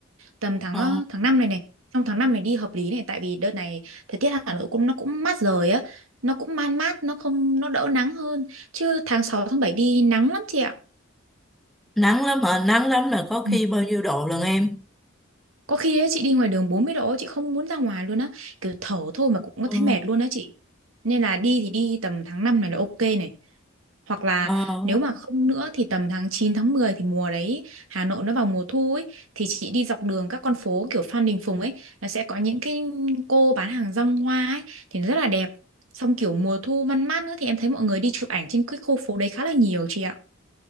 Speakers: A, on the right; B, in the centre.
A: tầm tháng
B: Ờ,
A: ờ, tháng 5 này này trong tháng 5 này đi hợp lý này tại vì đợt này thời tiết Hà Nội cũng nó cũng mát rồi á nó cũng man mát nó không nó đỡ nắng hơn chứ tháng 6 tháng 7 đi nắng lắm chị ạ
B: nắng lắm hả? Nắng lắm là có khi
A: Ừ.
B: bao nhiêu độ lần em.
A: có khi ấy, chị đi ngoài đường 40 độ chị không muốn ra ngoài luôn á kiểu thở thôi mà cũng có
B: Ờ,
A: thấy mệt luôn á chị nên là đi thì đi tầm tháng 5 này là ok này hoặc là
B: ờ,
A: nếu mà không nữa thì tầm tháng 9 tháng 10 thì mùa đấy Hà Nội nó vào mùa thu ấy thì chị đi dọc đường các con phố kiểu Phan Đình Phùng ấy nó sẽ có những cái cô bán hàng rong hoa ấy thì nó rất là đẹp xong kiểu mùa thu man mát nữa thì em thấy mọi người đi chụp ảnh trên cái khu phố đấy khá là nhiều chị ạ